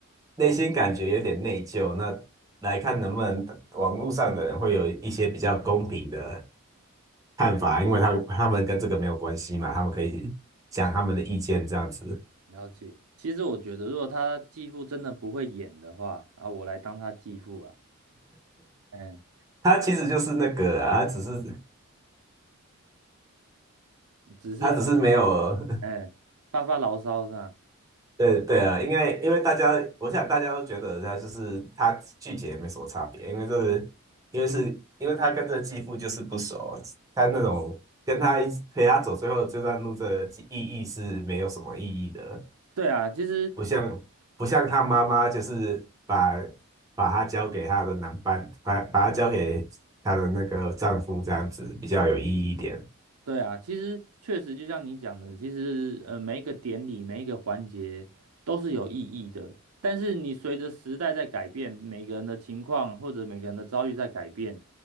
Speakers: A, on the right (about 15°); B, on the right (about 85°).
A: 内心感觉有点内疚，那来看能不能网络上的人会有一些比较公平的。看法，因为他们他们跟这个没有关系嘛，他们可以讲他们的意见这样子。
B: 了解。其实我觉得，如果他继父真的不会演的话，啊，我来当他继父啊。嗯，
A: 他其实就是那个啊，他只是
B: 只是发
A: 他只是没有，
B: 嗯发发牢骚是吧？
A: <laughs> 对对啊，应该因为大家，我想大家都觉得他就是他拒绝没什么差别，因为这个因为是因为他跟这继父就是不熟，他那种跟他一起陪他走最后这段路的意义是没有什么意义的。
B: 对啊，其实
A: 不像不像她妈妈，就是把把她交给她的男伴，把把她交给她的那个丈夫，这样子比较有意义一点。
B: 对啊，其实确实就像你讲的，其实呃每一个典礼每一个环节都是有意义的，但是你随着时代在改变，每个人的情况或者每个人的遭遇在改变，